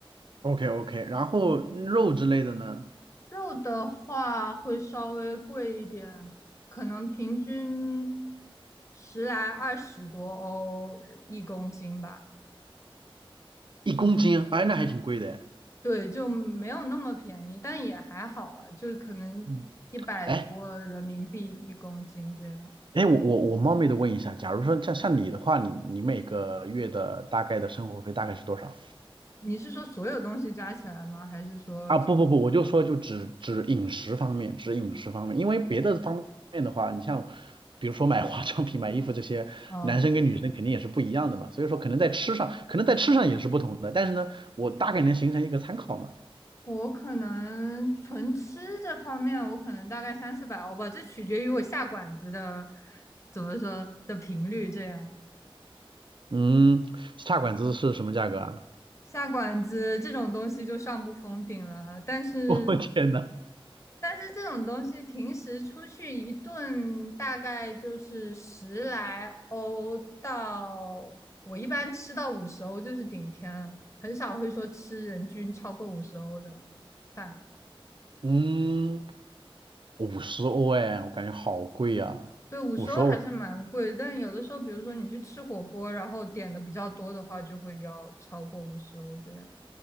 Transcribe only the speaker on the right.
OK OK，然后肉之类的呢，
一公斤，哎，那还挺贵的。
嗯，哎哎，我我我冒昧的问一下，假如说像像你的话，你你每个月的大概的生活费大概是多少？
啊，不不不，我就说就只只饮食方面，只饮食方面，因为别的方面的话，你像比如说买化妆品、买衣服这些，
男生跟女生肯定也是不一样的嘛，所以说可能在吃上，可能在吃上也是不同的，但是呢，我大概能形成一个参考嘛。
嗯，下馆子是什么价格啊？
<laughs> 我天呐，
嗯，五十欧哎，我感觉好贵啊，
五十欧。